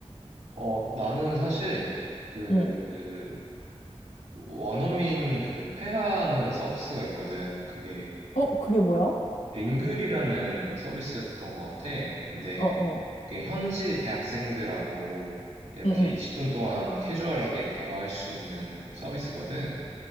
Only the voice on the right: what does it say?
어, 나는 사실, 그,
그 원어민 그 회화하는 서비스가 있거든. 그게
링글이라는 서비스였던 것 같아. 근데,
그게 현지 대학생들하고 이렇게
20분 동안 캐주얼하게 대화할 수 있는 서비스거든.